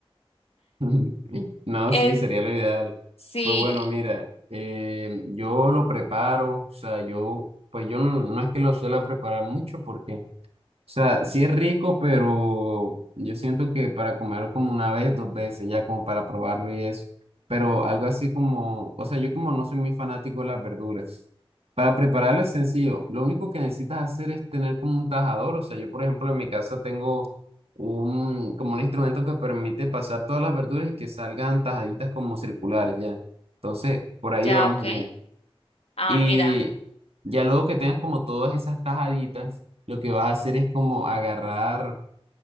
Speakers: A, on the right; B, on the left.
A: <laughs> No,
B: Es,
A: sí, sería lo ideal.
B: sí,
A: Pues bueno, mira, eh, yo lo preparo, o sea, yo, pues yo no, no es que lo suela preparar mucho porque o sea, sí es rico, pero yo siento que para comerlo como una vez, dos veces, ya como para probarlo y eso. Pero algo así como, o sea, yo como no soy muy fanático de las verduras. Para prepararlo es sencillo. Lo único que necesitas hacer es tener como un tajador. O sea, yo por ejemplo en mi casa tengo un, como un instrumento que permite pasar todas las verduras y que salgan tajaditas como circulares ya. Entonces, por ahí
B: ya,
A: vamos
B: ok.
A: bien.
B: Ah,
A: Y
B: mira.
A: ya luego que tengas como todas esas tajaditas, lo que vas a hacer es como agarrar